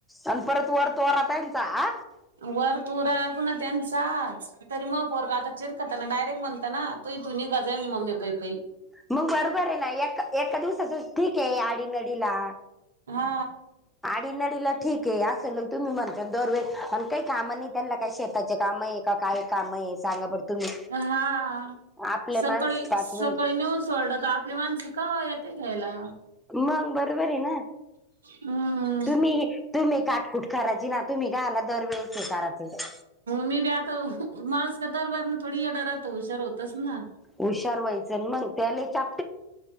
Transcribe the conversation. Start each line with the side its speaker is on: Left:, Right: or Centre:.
Centre: अन परत वर तोरा त्यांचा आ.
Right: वर तोरा पुन्हा त्यांचाच तरी मग पोरगं आता चिरकतना डायरेक्ट म्हणतं ना. तुझी तू निघा जाई ना मम्मे पई पई.
Centre: मग बरोबर आहे ना एका एका दिवसाचंच ठीक आहे आडीनडीला.
Right: हा
Centre: आडीनडीला ठीक आहे असलं तुम्ही म्हणता दरवे अन काही कामं नाही त्यांना काही शेताचे कामंय का काय कामंय सांगा बर तुम्ही.
Right: हा
Centre: आपले
Right: सकाळी
Centre: माणस पाच
Right: सकाळी
Centre: मिनिट
Right: नेऊन सोडलं का आपली माणसं कवा येते घ्यायला.
Centre: मंग बरोबर आहे ना.
Right: हम्म
Centre: तुम्ही तुम्ही काटकुट करायची ना तुम्ही कायला दरवेेळेस करायचंच हाय.
Right: मी बी आता माणूस का दरबारने थोडी यडा राहतो हुशार होतोच ना.
Centre: हुशार व्हायचं न मग त्याला लय चा